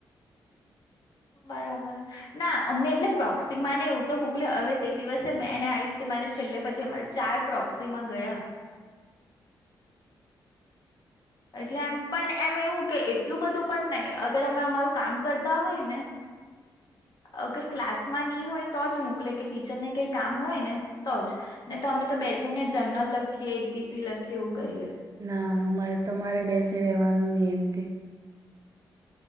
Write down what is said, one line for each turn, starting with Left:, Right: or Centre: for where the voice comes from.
Left: બરાબર ના અમને એટલે પ્રોક્સિમા ને એવું તો મોકલે હવે તે દિવસે મેં ને આયુષી મારે છેલ્લે પછી અમારે ચાય પ્રોક્સીમાં ગયા એટલે એમ પણ એમ એવું કે એટલું બધું પણ નહી અગર અમે અમારું કામ કરતા હોય ને અગર ક્લાસમાં નહી હોય તો જ મોકલે કે ટીચરને કઈ કામ હોય ને તો જ ને તો અમે તો બેસી ને જર્નલ લખીએ એ પીસી લખીએ એવું કરીએ.
Right: ના અમારે તમારે બેસી રહેેવાનું ની એમ કેય.